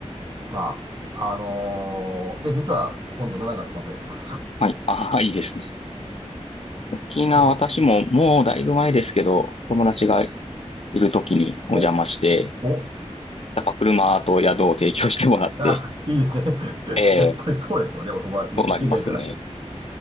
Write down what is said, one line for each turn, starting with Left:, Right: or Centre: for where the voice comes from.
Right: まあ、あのーで、実は今度7月また行きます。
Left: はい。ああ、いいですね。沖縄、
Right: <laughs> うん
Left: 私ももうだいぶ前ですけど、友達がいる時にお邪魔して、
Right: お、お、
Left: やっぱ車と宿を提供してもらって、
Right: あ、いいですね。<laughs>
Left: ええ
Right: やっぱりそうですよね、お友達、
Left: そうなりますね。
Right: 知り合えたら。